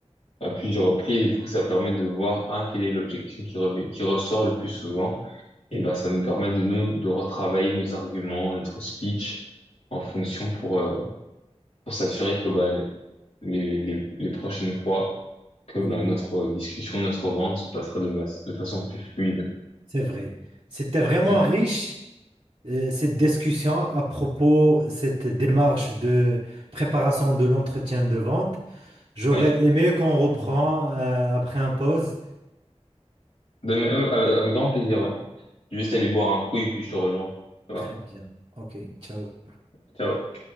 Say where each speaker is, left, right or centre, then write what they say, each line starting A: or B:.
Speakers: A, on the left (about 70°); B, on the right (about 45°).
A: à plusieurs reprises. Et du coup, ça permet de voir, un, quelle est l'objection qui revient, qui ressort le plus souvent. Et
B: c'est
A: ben,
B: vrai.
A: ça nous permet de nous, de retravailler nos arguments, notre speech en fonction pour, euh, pour s'assurer que, bah, les, les, les prochaines fois que
B: Oui,
A: bah, notre discussion, notre vente se passera de, mas- de façon plus fluide.
B: c'est vrai. C'était vraiment
A: Mm.
B: riche, euh, cette discussion à propos de cette démarche de préparation de l'entretien de vente. J'aurais
A: Oui,
B: aimé qu'on reprend, euh, après un pause.
A: Ben, euh, avec avec grand plaisir, ouais. Juste aller boire un coup et puis je te rejoins. Ça va?
B: Très bien. OK, ciao.
A: Ciao.